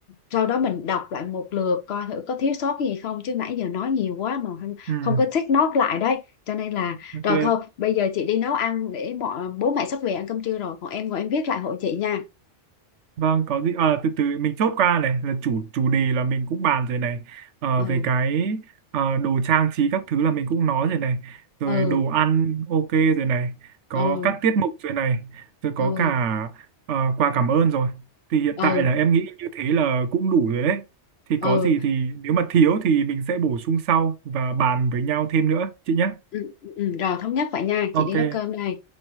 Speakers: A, on the left; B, on the right.
A: sau đó mình đọc lại một lượt coi thử có thiếu sót gì không chứ nãy giờ nói nhiều quá mà không,
B: ừm,
A: không có take note lại đấy cho nên là
B: ok.
A: rồi thôi bây giờ chị đi nấu ăn để bọn bố mẹ sắp về ăn cơm trưa rồi còn em ngồi em viết lại hộ chị nha
B: Vâng, có gì à, từ từ mình chốt qua này là chủ chủ đề là mình cũng bàn rồi này Ờ,
A: ừ
B: về cái ờ, đồ trang trí các thứ là mình cũng nói rồi này rồi
A: ừ
B: đồ ăn ok rồi này có
A: ừ
B: các tiết mục rồi này rồi
A: ừ
B: có
A: ừ
B: cả ờ, quà cảm ơn rồi thì hiện
A: ừ
B: tại là em nghĩ như thế là cũng đủ rồi đấy thì
A: ừ,
B: có gì
A: ừ.
B: thì nếu mà thiếu thì mình sẽ bổ sung sau và bàn với nhau thêm nữa chị nhé
A: ừ, ừ, rồi thống nhất vậy nha chị
B: ok
A: đi nấu cơm đây